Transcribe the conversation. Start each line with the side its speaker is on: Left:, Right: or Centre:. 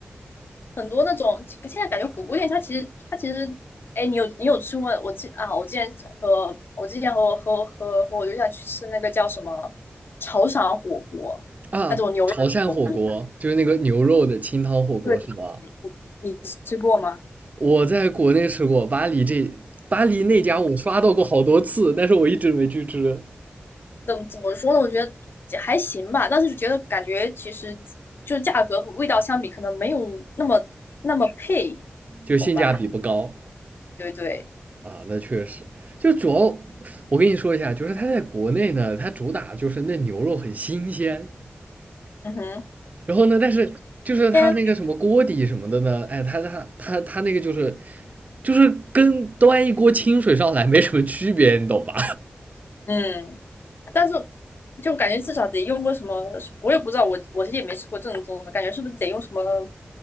Left: 很多那种，现在感觉火锅店它其实它其实，哎，你有你有吃过？我记啊，我之前和我之前和我和我和和我对象去吃那个叫什么潮汕火锅，
Right: 啊，
Left: 那种牛肉火锅，
Right: 潮汕火锅就是那个牛肉的清汤火锅是吗？
Left: 对你吃过吗？
Right: 我在国内吃过，巴黎这巴黎那家我刷到过好多次，但是我一直没去吃，
Left: 怎么怎么说呢？我觉得还行吧，但是觉得感觉其实就是价格和味道相比，可能没有那么那么配，
Right: 就性价比不高
Left: 懂吧？对对，
Right: 啊。那确实，就主要我跟你说一下，就是它在国内呢，它主打就是那牛肉很新鲜，
Left: 嗯哼，
Right: 然后呢，但是就是他那个什么锅底什么的呢，
Left: 嗯
Right: 哎，他他他他那个就是就是跟端一锅清水上来没什么区别，你懂吧？
Left: 嗯，但是就感觉至少得用过什么，我也不知道，我我其实也没吃过正宗的，感觉是不是得用什么